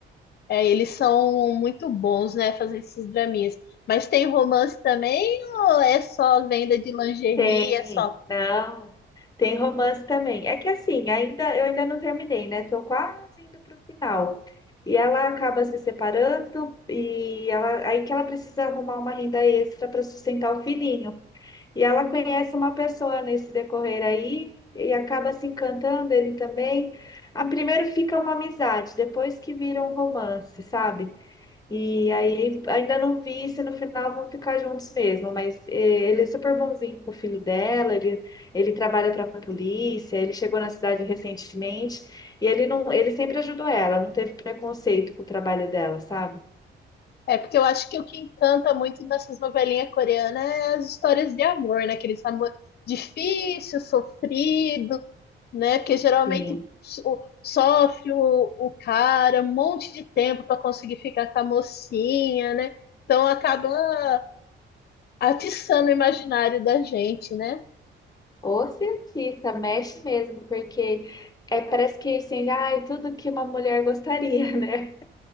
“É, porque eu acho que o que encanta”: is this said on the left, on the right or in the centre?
Left